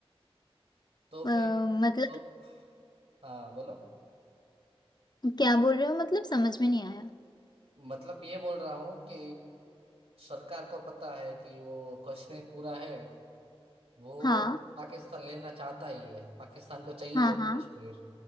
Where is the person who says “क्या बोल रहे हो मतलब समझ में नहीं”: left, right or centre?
Left